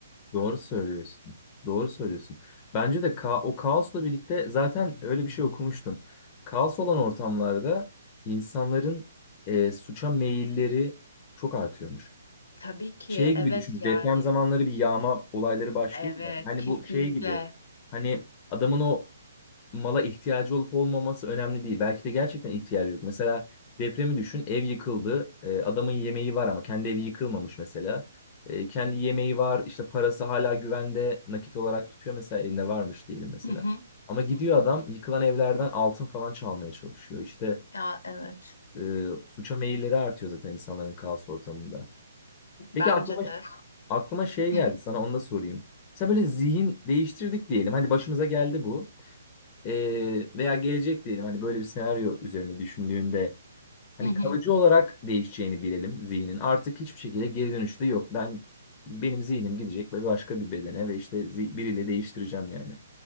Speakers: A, on the left (about 25°); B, on the left (about 75°).
A: Doğru söylüyorsun. Doğru söylüyorsun. Bence de ka o kaosla birlikte zaten öyle bir şey okumuştum. Kaos olan ortamlarda insanların e, suça meyilleri çok artıyormuş.
B: Tabii ki
A: Şey gibi
B: evet
A: düşün.
B: yani.
A: Deprem zamanları bir yağma olayları başlıyor
B: Evet,
A: ya. Yani
B: kesinlikle.
A: bu şey gibi. Hani adamın o mala ihtiyacı olup olmaması önemli değil. Belki de gerçekten ihtiyacı yok. Mesela depremi düşün, ev yıkıldı. E, adamın yemeği var ama kendi evi yıkılmamış mesela. E, kendi yemeği var, işte parası hala güvende nakit olarak tutuyor mesela elinde varmış diyelim mesela.
B: Hı hı,
A: Ama gidiyor
B: hı hı.
A: adam yıkılan evlerden altın falan çalmaya çalışıyor. İşte
B: Ya evet.
A: e, suça meyilleri artıyor zaten insanların kaos ortamında. Peki
B: Bence
A: aklıma
B: de.
A: aklıma şey
B: Hı
A: geldi sana onu da sorayım. Mesela böyle zihin değiştirdik diyelim. Hadi başımıza geldi bu. Ee, veya gelecek diyelim hani böyle bir senaryo üzerine düşündüğünde hani
B: hı,
A: kalıcı olarak değişeceğini bilelim zihnin. Artık hiçbir şekilde geri dönüşü de yok. Ben benim zihnim gidecek ve başka bir bedene ve işte zi- biriyle değiştireceğim yani.